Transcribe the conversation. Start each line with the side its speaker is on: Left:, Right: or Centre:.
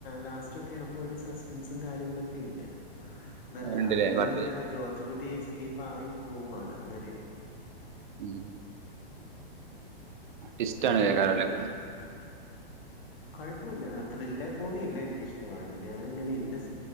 Left: ലാസ്റ്റൊക്കെ ആവുമ്പോ ഒരു സസ്പെൻസും കാര്യങ്ങളൊക്കെ ഉണ്ട് നല്ല
Right: ഉണ്ടല്ലേ
Left: അതിൽ നിന്നൊക്കെ
Right: പാട്ട്
Left: ജോർജ് കുട്ടി എസ്കേപ്പ് ആയി പോവാണ് അങ്ങനെ
Right: ഉം ട്വിസ്റ്റ്
Left: അങ്ങനത്തെരു
Right: ആണ് കേൾക്കാറല്ലേ
Left: മൂവി കുഴപ്പമില്ല ത്രില്ലർ മൂവിയെല്ലാം എനിക്കിഷ്ടമാണ് ഞാനിങ്ങനെ ഇന്ന